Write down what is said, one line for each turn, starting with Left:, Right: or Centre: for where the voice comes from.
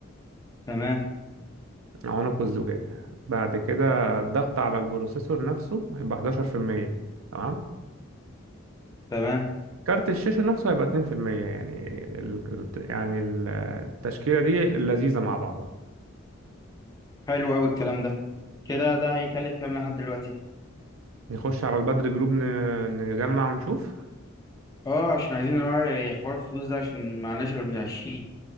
Left: تمام
Right: عنق الزجاجة بعد كده الضغط على البروسيسور نفسه هيبقى 11% تمام
Left: تمام
Right: كارت الشاشة نفسه هيبقى 2% يعني ال... يعني ال- التشكيلة دي لذيذة مع بعضها
Left: حلو أوي الكلام ده كده ده هيكلف كام لحد دلوقتي؟
Right: نخش على البدر جروب ن... نجمع ونشوف
Left: اه عشان عايزين نراعي حوار الفلوس ده عشان معناش غير من عشرين